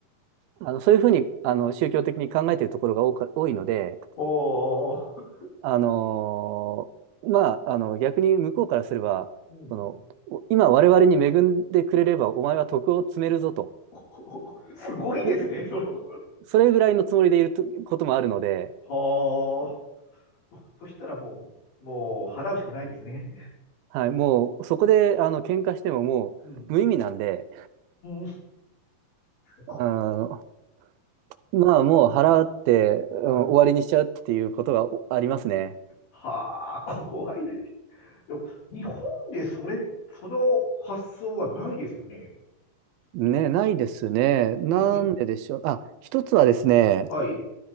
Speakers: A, on the right; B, on the left.
A: あの、そういうふうに、あの、宗教的に考えているところが多か、多いので、
B: おー。
A: あの、まあ、あの、逆に向こうからすれば、
B: うん。
A: その、今我々に恵んでくれればお前は徳を積めるぞと。
B: <laughs> すごいですね、
A: ぐ
B: その。
A: それぐらいのつもりでいるとこともあるので、
B: はあ。そしたらもう、もう払うしかないですね。
A: はい、もうそこであの喧嘩してももう無意味なんで、
B: うん。うーん。こい
A: あのまあもう払って、うん終わりにしちゃうっていうことがおありますね。
B: はいはあ、怖い。でも、日本でそれ、その発想はないですよね。
A: ね、ないですね。なんででしょう。
B: ね、に、
A: あ、一つはですね、
B: はい、